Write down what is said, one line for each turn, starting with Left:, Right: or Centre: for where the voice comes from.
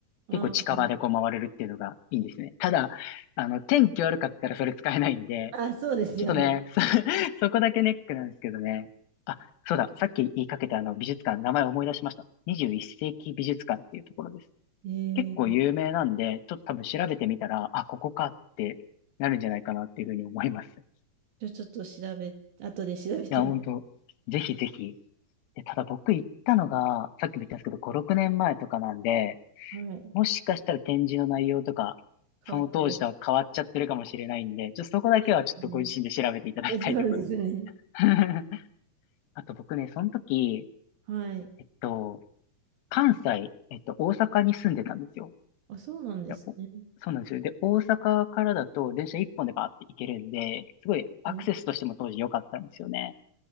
Right: あー、
Left: 結構近場でこう回れるっていうのがいいんですね。ただ、あの、天気悪かったらそれ使えないんで、
Right: あ、そうですよね。
Left: ちょっとね、そ <laughs>、そこだけネックなんですけどね。あ、そうだ、さっき言いかけたあの美術館、名前思い出しました。21世紀美術館っていうところです。
Right: えー、
Left: 結構有名なんで、ちょっと多分調べてみたら、あ、ここかってなるんじゃないかなっていうふうに思います。い
Right: じゃあちょっと調べ、後で調べてみ、
Left: や、本当ぜひぜひ。で、ただ僕行ったのが、さっきも言ったんですけど、5、6年前とかなんで、
Right: はい。
Left: もしかしたら展示の内容とか、
Right: 変わってる。
Left: その当時とは変わっちゃってるかもしれないんで、ちょっとそこだけはちょっとご自身で調べていただきたいところですね。
Right: そうですね。え、そうですね。
Left: <laughs> あと僕ね、その時、
Right: はい。
Left: えっと、関西、えっと、大阪に住んでたんですよ。
Right: あ、そうなんですね。
Left: いやおそうなんですよ。で、大阪からだと電車一本でバーって行けるんで、すごいアクセスとしても当時良かったんですよね。
Right: え